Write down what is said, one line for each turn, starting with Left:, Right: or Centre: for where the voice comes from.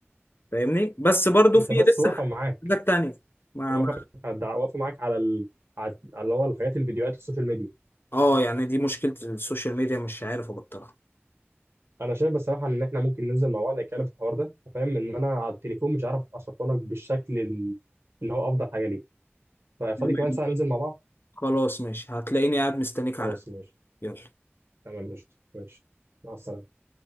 Left: فاهمني بس برضو
Right: انت
Left: في
Right: بس
Left: لسه
Right: واقفه معاك
Left: حاجات تانية ما
Right: واقفه هتدع- واقفه معاك على ال... على على اللي هو الحاجات الفيديوهات السوشيال ميديا
Left: اه يعني دي مشكلة السوشيال ميديا مش عارف ابطلها
Right: انا شايف بصراحه ان احنا ممكن ننزل مع بعض نتكلم في الحوار ده أنت فاهم ان انا على التليفون مش عارف اشرحه لك بالشكل ال- اللي هو افضل حاجه ليك ففاضي
Left: تمام
Right: كمان ساعه ننزل مع بعض
Left: خلاص ماشي هتلاقيني قاعد مستنيك
Right: خلاص
Left: على القهوة.
Right: ماشي
Left: يلا
Right: تمام ماشي ماشي مع السلامه